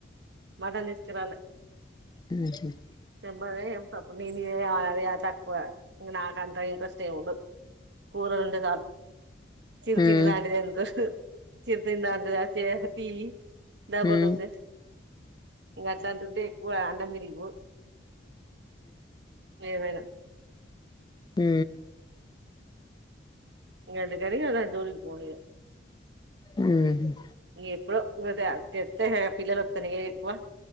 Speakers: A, on the right; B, on the left.
A: మటన్ తీస్కరాల
B: మ్ హ్మ్
A: మల్ల చెప్తా అప్పుడ్ నేన్ చేయాల యా తక్కువ ఇ నాక్ అంత ఇంట్రెస్ట్ ఎమంతా ఉండవ్ కూరలుంటే చాల్ చిర్తిర్
B: హ్మ్
A: లాంటి ఇంట్రెస్ట్ చిర్తిర్ లాంటి చే తి డబల్
B: మ్మ్
A: రొట్టె ఇంకా అట్లాంటింవ్ ఉంటే ఎక్కువ అన్నం తినికు ఏవైనా
B: మ్
A: ఇంకా ఎందుకాని ఇంకా దాన్ జోలిక్ పోలే
B: మ్ హ్మ్
A: ఎప్ప్డో ఇంకా తేత్తే హె పిల్లల్ ఒత్తార్ ఇంకా ఎక్కువ